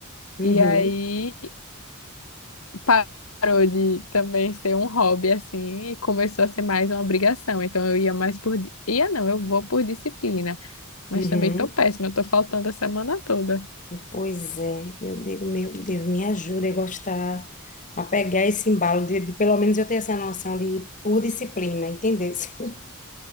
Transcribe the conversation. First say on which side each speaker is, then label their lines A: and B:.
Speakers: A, on the left; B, on the left.
A: uhum,
B: E aí parou de também ser um hobby assim e começou a ser mais uma obrigação. Então eu ia mais por di- ia não, eu vou por disciplina, mas
A: uhum.
B: também tô péssima, eu tô faltando a semana toda.
A: Pois é, eu digo, meu Deus, me ajuda a gostar, a pegar esse embalo, de, de pelo menos eu ter essa noção de por disciplina, entendeu? <laughs>